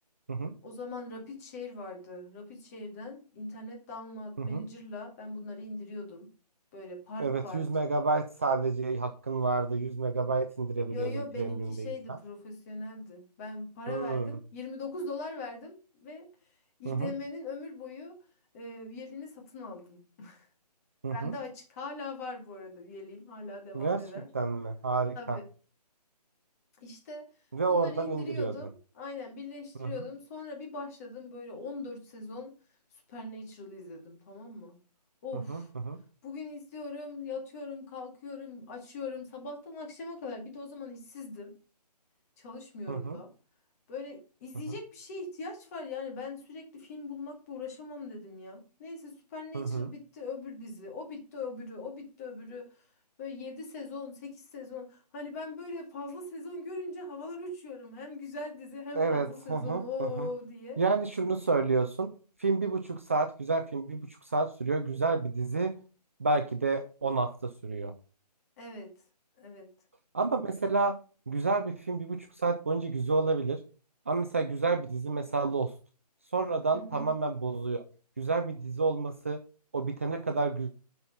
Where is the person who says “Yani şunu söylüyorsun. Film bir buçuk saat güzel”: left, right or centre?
Right